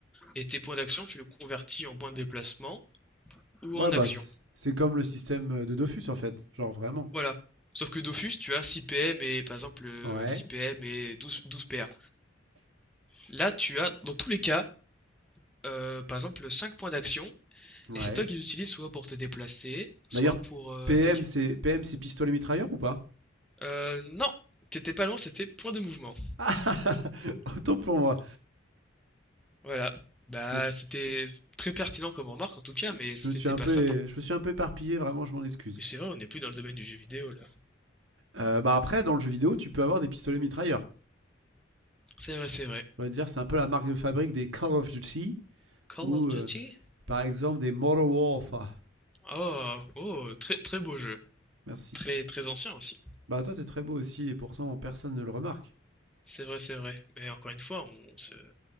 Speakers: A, in the centre; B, on the right.
A: et tes points d'action, tu les convertis en points de déplacement ou
B: Ouais,
A: en
B: bah,
A: action.
B: c- c'est comme le système euh, de Dofus, en fait. Genre, vraiment.
A: Voilà. Sauf que Dofus, tu as 6 PM et par exemple euh,
B: Ouais,
A: six 6 PM et 12 12 PA. Là, tu as dans tous les cas, euh, par exemple, 5 points d'action,
B: ouais.
A: et c'est toi qui les utilises soit pour te déplacer, soit
B: D'ailleurs,
A: pour euh,
B: PM,
A: attaquer.
B: c'est PM, c'est pistolet mitrailleur ou pas?
A: Euh, non, t'étais pas loin, c'était point de mouvement.
B: Ah, <laughs> autant pour moi.
A: Voilà. Bah,
B: Je me, suis-
A: c'était très pertinent comme remarque en tout cas,
B: je-
A: mais c'était
B: je me suis un
A: pas
B: peu,
A: ça.
B: je me suis un peu éparpillé, vraiment, je m'en excuse.
A: Et c'est vrai, on n'est plus dans le domaine du jeu vidéo là.
B: Euh, bah après, dans le jeu vidéo, tu peux avoir des pistolets mitrailleurs.
A: C'est vrai, c'est vrai.
B: Je veux dire, c'est un peu la marque de fabrique des Call of Duty
A: Call
B: ou,
A: of
B: euh,
A: Duty?
B: par exemple, des Modern Warfare.
A: Oh, oh, très très beau jeu.
B: Merci.
A: Très très ancien aussi.
B: Bah toi, t'es très beau aussi, et pourtant, personne ne le remarque.
A: C'est vrai, c'est vrai. Mais encore une fois, on se...